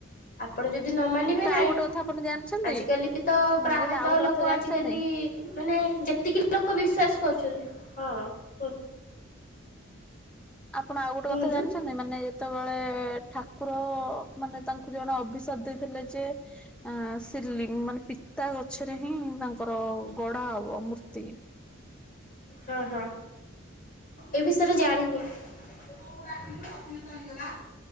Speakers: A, on the left (about 40°); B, in the centre.
A: ଆପଣ ଯଦି ନ ମାନିବେ
B: ତାପରେ
A: ନାଇଁ।
B: ଆଉ ଗୋଟେ କଥା ଆପଣ ଜାଣିଛନ୍ତି
A: ଆଜିକାଲି ତ
B: ମୁଁ
A: ପ୍ରାୟତଃ
B: କହିଲି ଆଉ ଗୋଟେ
A: ଲୋକ
B: କଥା ଜାଣିଛନ୍ତି
A: ଆଜିକାଲି ମାନେ ଯେତିକି ବି ଲୋକ ବିଶ୍ଵାସ କରୁଛନ୍ତି ହଁ କୁହନ୍ତୁ।
B: ଆପଣ ଆଉ ଗୋଟେ
A: କୁହନ୍ତୁ
B: କଥା ଜାଣିଛନ୍ତି ମାନେ ଯେତେବେଳେ ଠାକୁର ମାନେ ତାଙ୍କୁ ଜଣେ ଅଭିଶାପ ଦେଇଥିଲେ ଯେ ଏ ସେ ଲି ମାନେ ପିତା ଗଛରେ ହିଁ ତାଙ୍କର ଗଡା ହବ ମୂର୍ତ୍ତି।
A: ହଁ ହଁ ଏ ବିଷୟରେ ଜାଣିନି। ଡାକିଲୁ ପୁଣି ଚାଲିଗଲା। <inaudible>